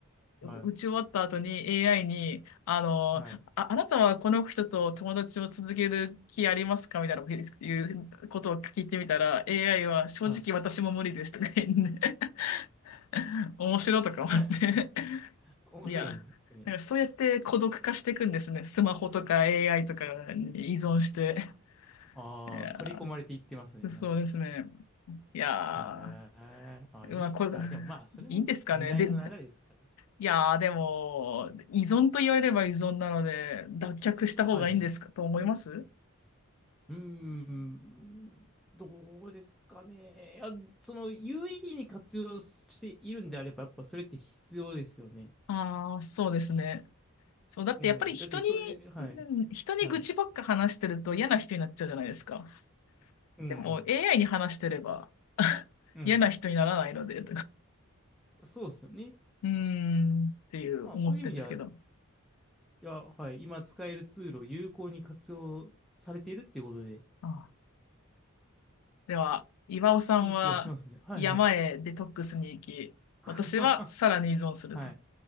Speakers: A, in the centre; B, on the left (about 85°).
A: はい。
B: 打ち終わった後に AI に、あの、
A: はい。
B: あ、あなたはこの人と友達を続ける気ありますかみたいないうことを聞いてみたら、AI は正直私も無理ですとか言って
A: はい。
B: <laughs>、面白いとか思って
A: <laughs> 面白いですね。
B: いや、なんかそうやって孤独化していくんですね。スマホとか AI とかに依存して。
A: ああ、
B: いや、
A: 取り込まれていってますね、
B: そうですね。
A: なんか。
B: いや
A: へえ。あ、
B: ー、
A: いい。
B: まあこれ、
A: いや、でもまあ、それもね、
B: いいんですかね。
A: 時代の流れですから。
B: で、いやー、でも、依存と言われれば依存なので、脱却した方がいいんですかと思います
A: はいはい。うーん、どうですかね。いや、その有意義に活用しているんであれば、やっぱそれって必要ですよね。
B: ああー、そうですね。そう、だってやっぱり人に、
A: うん。だってそういう、はい、
B: うん人に愚痴ばっか話してると嫌な人になっちゃうじゃないですか。
A: はい。うん、
B: でも AI
A: う
B: に話してれば <laughs>
A: ん。うん
B: 嫌な人にならないので、
A: そうですよね。
B: うーん、っていう思ってるんですけど。
A: まあそういう意味では、いや、はい、今使えるツールを有効に活用されているっていうことで、
B: あ、では、岩尾さんは山へデトックスに行き、
A: いい気がしますね。はい、はい。<laughs>
B: 私はさらに依存すると。
A: はい。